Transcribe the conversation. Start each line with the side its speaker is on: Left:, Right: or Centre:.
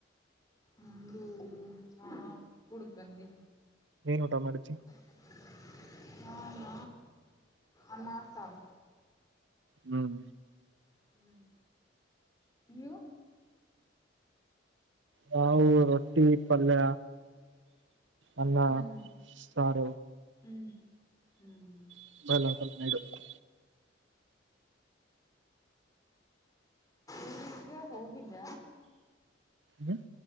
Left: ನಂದುು ಚಾ ಕುಡಿದು ಬಂದ್ವಿ.
Right: ಏನ್ ಊಟಾ ಮಾಡಿದ್ದಿ.
Left: <inaudible> ಅನ್ನ ಸಾರು
Right: ಹ್ಮ್.
Left: ಹ್ಮ್ ನೀವು.
Right: ನಾವು ರೊಟ್ಟಿ ಪಲ್ಯ ಅನ್ನ
Left: ಹ್ಮ್
Right: ಸಾರ.
Left: ಹ್ಮ್ ಹ್ಮ್
Right: <unintelligible>
Left: ಊರಿಗೆ ಹೋಗಿದ್ದ.
Right: ಹ್ಮ್